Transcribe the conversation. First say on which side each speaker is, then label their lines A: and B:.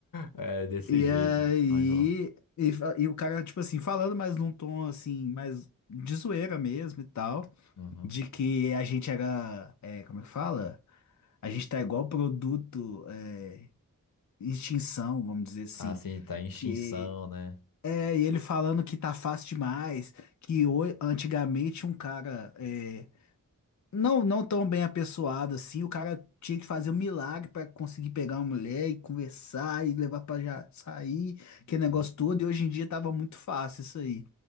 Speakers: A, on the left (about 75°); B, on the left (about 55°).
A: É desse
B: E
A: jeito,
B: aí,
A: não errou.
B: e, fa- e o cara, tipo assim, falando mais num tom assim, mais de zoeira mesmo e tal.
A: Uhum.
B: de que a gente era, é, como é que fala? A gente tá igual produto, é, em extinção, vamos dizer assim.
A: Ah, sim, tá em extinção,
B: Que
A: né?
B: é e ele falando que tá fácil demais, que ho- antigamente um cara é, não, não tão bem apessoado assim. O cara tinha que fazer um milagre pra conseguir pegar uma mulher e conversar e levar pra já sair, que
A: Uhum.
B: negócio todo. E hoje em dia tava muito fácil isso aí.